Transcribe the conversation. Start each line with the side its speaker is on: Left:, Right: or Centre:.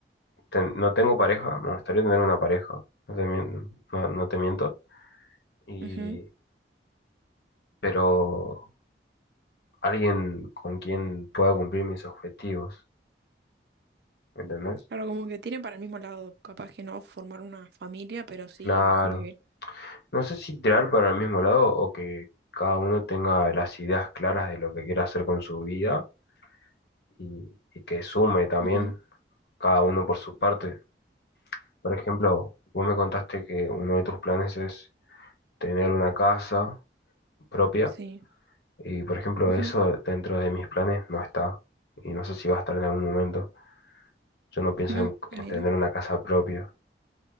Left: ten- no tengo pareja, me gustaría tener una pareja. No te, mien- no, no te miento. Y,
Right: Ujú.
Left: pero alguien con quien pueda cumplir mis objetivos, ¿me ¿entendés?
Right: Claro, como que tienen para el mismo lado. Capaz que no formar una familia, pero sí
Left: Claro.
Right: vi- convivir.
Left: No sé si tirar para el mismo lado o que cada uno tenga las ideas claras de lo que quiere hacer con su vida y, y que sume también
Right: Ujú,
Left: cada uno por su parte. Por ejemplo, vos me contaste que uno de tus planes es tener una casa propia
Right: Sí.
Left: y, por ejemplo,
Right: Ujú,
Left: eso dentro de mis planes no está y no sé si va a estar en algún momento. Yo no pienso
Right: ujú,
Left: en
Right: Mira.
Left: en tener una casa propia.